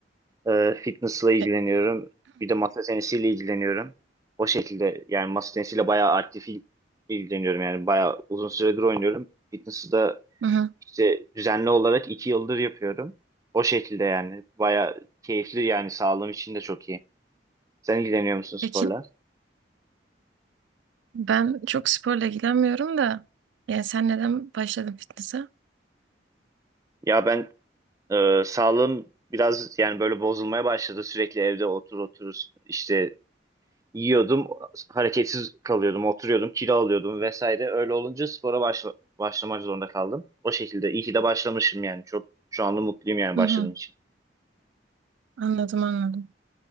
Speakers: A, on the right (about 20°); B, on the right (about 85°).
A: Ee, fitness'la ilgileniyorum.
B: E,
A: Bir de masa tenisiyle ilgileniyorum. O şekilde yani masa tenisiyle bayağı aktif il- ilgileniyorum. Yani bayağı uzun süredir oynuyorum. Fitness'ı da
B: hı hı.
A: işte düzenli olarak iki yıldır yapıyorum. O şekilde yani. Bayağı keyifli yani sağlığım için de çok iyi. Sen ilgileniyor musun sporla?
B: Peki, ben çok sporla ilgilenmiyorum da. Yani sen neden başladın fitness'a?
A: Ya ben e, sağlığım biraz yani böyle bozulmaya başladı. Sürekli evde otur otur işte yiyordum, hareketsiz kalıyordum, oturuyordum, kilo alıyordum vesaire. Öyle olunca spora başla başlamak zorunda kaldım. O şekilde iyi ki de başlamışım yani. Çok şu anda mutluyum yani
B: Hı
A: başladığım
B: hı.
A: için.
B: Anladım, anladım.